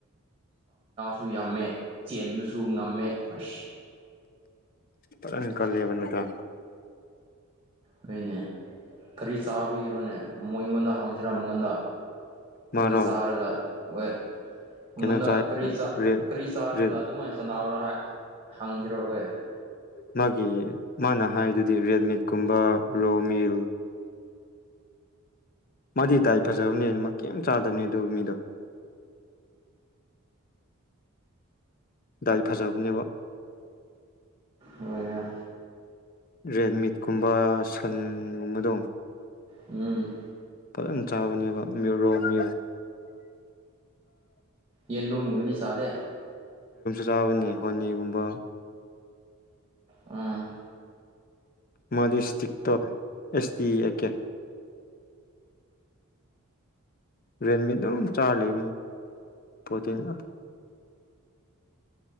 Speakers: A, on the right (about 25°); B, on the left (about 40°).
A: ꯁꯨ ꯌꯥꯝꯃꯦ ꯆꯦꯟꯕꯁꯨ ꯉꯝꯃꯦ ꯑꯁ
B: ꯄꯔꯪ ꯀꯂꯦꯕ ꯅꯨꯗ
A: ꯅꯣꯏꯅꯦ ꯀꯔꯤ ꯆꯥꯕꯤꯔꯣꯅꯦ ꯃꯣꯏ ꯑꯩꯉꯣꯟꯗ ꯍꯥꯡꯁꯤꯔꯥ ꯃꯉꯣꯟꯗ ꯀꯔꯤꯁꯥꯔꯒ
B: ꯃꯥꯔꯣ
A: ꯑꯣꯏ ꯑꯩꯉꯣꯟꯗ
B: ꯀꯩꯅꯣ ꯆꯥꯏ
A: ꯀꯔꯤ
B: ꯔꯦꯠ
A: ꯀꯔꯤ ꯆꯥꯔꯒ
B: ꯔꯦꯠ
A: ꯑꯗꯨꯃꯥꯏꯅ ꯁꯥꯟꯅꯥꯎꯔ ꯍꯪꯖꯔꯣꯈꯣꯏ
B: ꯃꯥꯒꯤ ꯃꯥꯅ ꯍꯥꯏꯗꯨꯗꯤ ꯔꯦꯠ ꯃꯤꯠꯀꯨꯝꯕ ꯔꯣ ꯃꯤꯜ ꯃꯥꯗꯤ ꯗꯥꯥꯏ ꯐꯖꯕꯅꯦ ꯑꯗꯨꯃꯛ ꯀꯩꯝ ꯆꯥꯗꯕꯅꯤ ꯑꯗꯨ ꯃꯤꯗꯣ ꯗꯥꯏ ꯐꯖꯕꯅꯦꯕ
A: ꯍꯣꯏꯅ
B: ꯔꯦꯗꯃꯤꯠꯀꯨꯝꯕ ꯁꯟꯒꯨꯝꯕꯗꯣ
A: ꯎꯝ
B: ꯄꯠꯂꯂꯝ ꯆꯥꯕꯅꯦꯕ ꯃꯔꯣ ꯃꯨ
A: ꯌꯦꯟꯔꯨꯝꯒꯨꯝꯕꯗꯤ ꯆꯥꯗꯦ
B: ꯆꯥꯕꯅꯤ ꯍꯣꯅꯤꯒꯨꯝꯕ
A: ꯑꯝ
B: ꯃꯥ ꯏꯁꯇꯤꯛꯇꯣ ꯑꯦꯁ ꯇꯤ ꯑꯦ ꯀꯦ ꯔꯃꯤꯗ ꯆꯥ ꯂꯩ ꯄꯣꯆꯤꯟꯗ